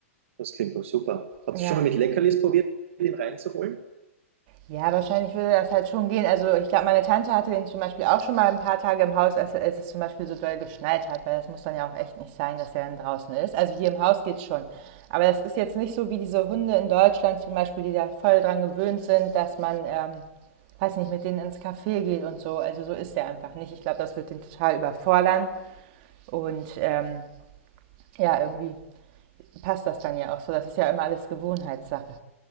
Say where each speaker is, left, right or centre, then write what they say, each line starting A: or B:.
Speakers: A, on the right; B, on the right.
A: Das klingt doch super. Habt
B: Ja,
A: ihr schon mal mit Leckerlis probiert, den reinzuholen?
B: Ja, wahrscheinlich würde das halt schon gehen. Also ich glaube, meine Tante hatte den zum Beispiel auch schon mal ein paar Tage im Haus, als, als es zum Beispiel so doll geschneit hat, weil das muss dann ja auch echt nicht sein, dass er dann draußen ist. Also hier im Haus geht's schon. Aber das ist jetzt nicht so wie diese Hunde in Deutschland zum Beispiel, die da voll dran gewöhnt sind, dass man, ähm, weiß nicht, mit denen ins Café geht und so. Also so ist der einfach nicht. Ich glaube, das wird den total überfordern. Und ähm, ja, irgendwie passt das dann ja auch so. Das ist ja immer alles Gewohnheitssache.